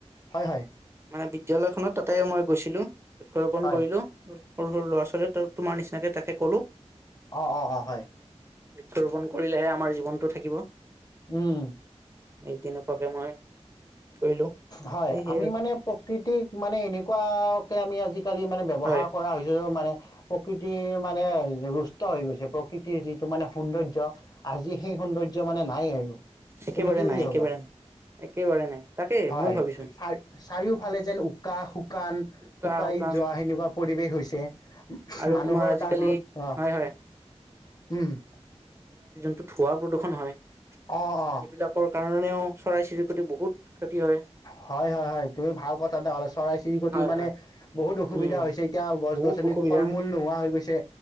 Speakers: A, on the left (about 35°); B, on the right (about 25°).
A: হয় হয়
B: মানে বিদ্যলয়খনত তাতে মই গৈছিলো। বৃক্ষৰোপণ
A: হয়
B: কৰিলো সৰু সৰু ল'ৰা ছোৱালীয়ে তোমাৰ নিচিনাকে তাকে কলো
A: অ অ অ হয়।
B: বৃক্ষ ৰোপন কৰিলেহে আমাৰ জীৱনতটো থাকিব
A: উম।
B: এই তেনেুৱাকে মই কৰিলো
A: হয়
B: এই সেই
A: আমি মানে প্ৰকৃতিক মানে এনেকুৱা আমি আজি কালি মানে ব্যৱহাৰ
B: হয়
A: কৰা হৈছো মানে প্ৰকৃতি মানে ৰৰুষ্ট হৈ গৈছে প্ৰকৃতিৰ যিটো মানে সৌন্দৰ্য্য আজি সেই সৌন্দৰ্য মানে নাই আৰু
B: একেবাৰে
A: তুমি কি বুলি
B: নাই,
A: ভাবা
B: একেবাৰে নাই। একে বাৰে নাই। তাকেই
A: হয়
B: মই ভাবিছো
A: চাৰিওফালে যেন উকা শুকান
B: উকা
A: শুকাই
B: শুকান
A: যোৱা সেনেকুৱা পৰিৱেশ হৈছে
B: আৰু
A: মানুহৰ
B: তোমাৰ আজিকালি
A: তাৰ ফলত অহ
B: হয় হয়
A: উম উম।
B: ত ধোৱা প্ৰদূষণ হয়
A: অহ অহ।
B: সেইবিলাকৰ কাৰণেও চৰাই চিৰিকটি বহুত ক্ষতি হয়
A: হয় হয় হয় তুমি ভাল কথা এটা কলা চৰাই চিৰিকটিৰ
B: হয়
A: মানে
B: হয়
A: বহুত অসুবিধা
B: উম
A: হৈছে এতিয়া গছ
B: বহুত
A: গছনিত
B: অসুবিধা
A: ফল মূল নোহোৱা হৈ গৈছে,